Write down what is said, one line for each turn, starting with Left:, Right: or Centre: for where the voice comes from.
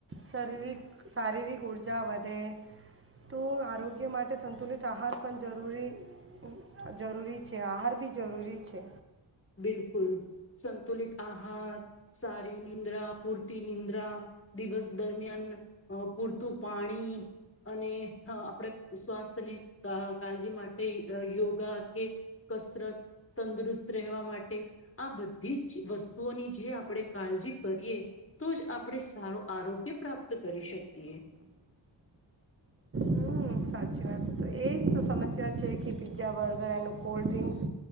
Right: શરીરિક શારીરિક ઊર્જા વધે તો આરોગ્ય માટે સંતુલિત આહાર પણ જરૂરી જરૂરી છે આહાર બી જરૂરી છે
Left: બિલકુલ સંતુલિત આહાર સારી નિંદ્રા પૂરતી નિંદ્રા દિવસ દરમિયાન પૂરતું પાણી અને આપણે સ્વાસ્થ્યની કાળજી માટે યોગા કે કસરત તંદુરસ્ત રહેવા માટે આ બધી જ વસ્તુઓની જે આપણે કાળજી કરીએ તો જ આપણે સારો આરોગ્ય પ્રાપ્ત કરી શકીએ.
Right: હમ સાચી તો એ જ તો સમસ્યા છે કે પીઝા બર્ગર એનું કોલ્ડ ડ્રિંક્સ